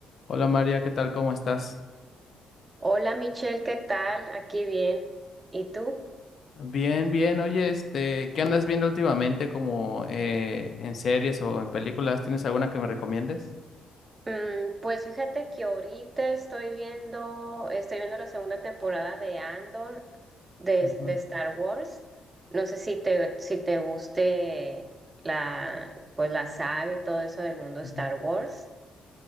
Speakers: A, on the left; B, on the right.
A: Hola María, ¿qué tal? ¿Cómo estás?
B: Hola Michelle, ¿qué tal? Aquí bien. ¿Y tú?
A: Bien, bien. Oye, este, ¿qué andas viendo últimamente como eh, en series o en películas? ¿Tienes alguna que me recomiendes?
B: Mm, pues fíjate que ahorita estoy viendo, estoy viendo la segunda temporada de Andor de,
A: Ujú,
B: de Star Wars. No sé si te, si te guste la, pues la saga y todo eso del mundo Star
A: ujú.
B: Wars.